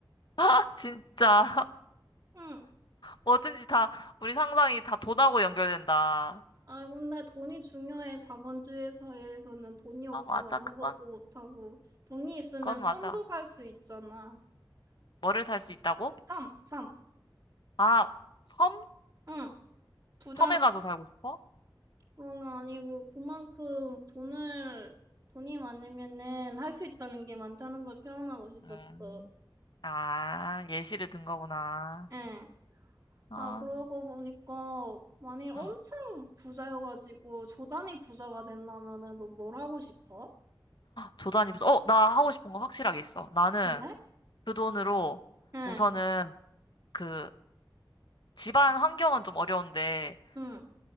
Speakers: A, on the left; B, on the right.
A: <laughs> 진짜.
B: 응.
A: 뭐든지 다 우리 상상이 다 돈하고 연결된다.
B: 아, 근데 돈이 중요해. 자본주의 사회에서는 돈이 없으면
A: 아, 맞아.
B: 아무것도
A: 그건
B: 못하고, 돈이 있으면
A: 그건
B: 섬도
A: 맞아.
B: 살 수 있잖아.
A: 뭐를 살 수 있다고?
B: 섬, 섬.
A: 아, 섬?
B: 응. 부자는
A: 섬에 가서 살고 싶어?
B: 그런 게 아니고 그만큼 돈을 돈이 많으면은 할 수 있다는 게 많다는 걸 표현하고 싶었어.
A: 음. 아, 예시를 든 거구나.
B: 응.
A: 아,
B: 아, 그러고 보니까 만일 엄청
A: 응.
B: 부자여가지고 조단이 부자가 된다면은 너 뭘 하고 싶어?
A: 조단이 무슨 어, 나 하고 싶은 거 확실하게 있어. 나는
B: 근데?
A: 그 돈으로
B: 음.
A: 우선은 그 집안 환경은 좀 어려운데
B: 응,